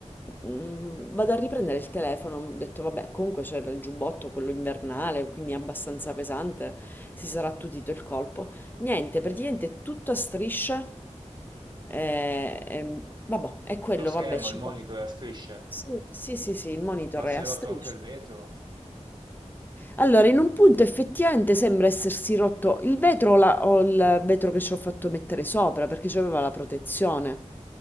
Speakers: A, on the left; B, on the right.
A: mm, vado a riprendere il telefono, ho detto vabbè, comunque c'era il giubbotto, quello invernale, quindi abbastanza pesante, si sarà attutito il colpo. Niente, praticamente tutto a strisce. Eh, ehm, vabbè, è quello,
B: Lo schermo,
A: vabbè, ci
B: il monitor,
A: può.
B: la strisce,
A: Sì, sì, sì, sì, il monitor
B: ma
A: è
B: si
A: a
B: è rotto
A: strisce.
B: anche il vetro?
A: Allora, in un punto effettivamente sembra essersi rotto il vetro o, la- o il vetro che ci ho fatto mettere sopra perché c'aveva la protezione.